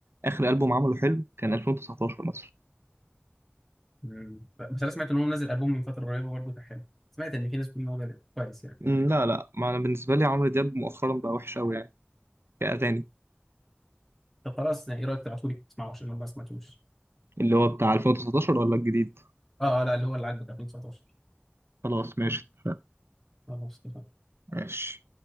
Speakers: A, on the right (about 85°); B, in the centre.
A: آخر ألبوم عمله حلو كان 2019 مثلا
B: مم. بس انا سمعت ان هو منزل البوم من فتره قريبه برضه كان حلو سمعت ان في ناس بتقول ان هو جامد كويس يعني
A: أمم، لا لا ما أنا بالنسبة لي عمرو دياب مؤخرا بقى وحش أوي يعني كأغاني
B: طب خلاص يعني ايه رايك تبعتولي تسمعه عشان انا ما سمعتوش
A: اللي هو بتاع 2019 ولا الجديد
B: اه اه لا اللي هو اللي عاجبك 2019
A: خلاص ماشي اتفقنا.
B: خلاص
A: ماشي